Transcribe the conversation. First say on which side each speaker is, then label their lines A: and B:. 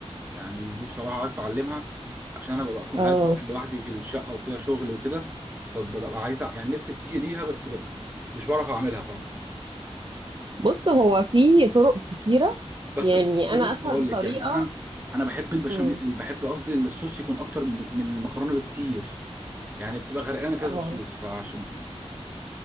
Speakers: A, on the right; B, on the right.
A: يعني دي بصراحه عايز اتعلمها عشان انا ببقى اكون
B: اه
A: قاعد مثلا لوحدي في الشقه وكده شغل وكده فببقى عايز أع- يعني نفسي بتيجي ليها بس ببقى مش بعرف اعملها فاهم
B: بص هو في طرق كتيره
A: بس
B: يعني
A: بس بص
B: انا اسهل
A: هقول
B: طريقه
A: لك يعني انا انا بحب البشاميل
B: مم.
A: بحب قصدي الصوص يكون اكتر من من المكرونه بكتير يعني بتبقى غرقانه كده
B: اه
A: في الصوص فعشان